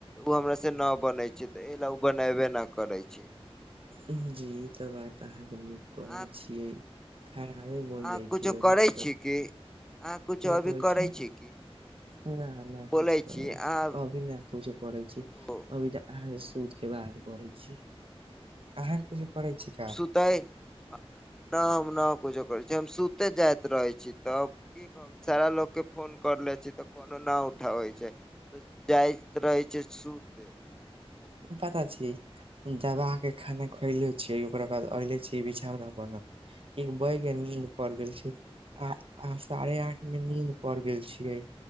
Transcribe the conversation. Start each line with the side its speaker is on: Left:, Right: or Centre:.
Centre: उ हमरा से न बनैय छैय त एहि ले ओ बनैबे न करैय छी।
Right: उम्म जी ई त बात अहाँके नीक कहैय
Centre: अहाँ
Right: छियै। खानावे बन
Centre: अहाँ
Right: जाइ
Centre: किछो
Right: छी अधिकतर।
Centre: करै छी की अहाँ किछो
Right: की
Centre: अभी
Right: कहैय
Centre: करै
Right: छी,
Centre: की
Right: ना ना
Centre: बोलै
Right: कुछ कहैय छी
Centre: अहाँ
Right: अभिना पूजा करैय छी,
Centre: ओ
Right: अभी त अहाँ सुत के बाद करैय छी। अहाँ किछु पढ़ै छी का।
Centre: तय ना हम न कुछो करैय छी, हम सुते जाइत रहैय छी तब की हम सारा लोक के फोन करले छी त कोनो न उठाबै छैय। त जाइत रहैय छैय सुते।
Right: पता छियै। दबा के खाना खोएले छियै ओकरा बाद ऐलै छीयै बिछौना पऽ ना। एक बैगे नींद पड़ गेल छैय। आ आ साढ़े आठ मे नींद पड़ गेल छियै।